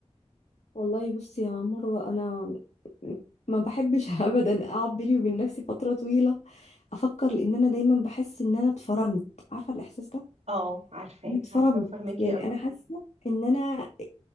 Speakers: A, on the left (about 80°); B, on the right (about 75°).
A: والله بصي يا مروة انا ما بحبش <laughs> ابدا اقعد بيني وبين نفسي فترة طويلة افكر لان انا دايما بحس ان انا اتفرمت عارفة الاحساس ده
B: اه عارفاه
A: اتفرمت
B: عارفاه وفاهماكي
A: يعني
B: قوي
A: انا حاسه ان انا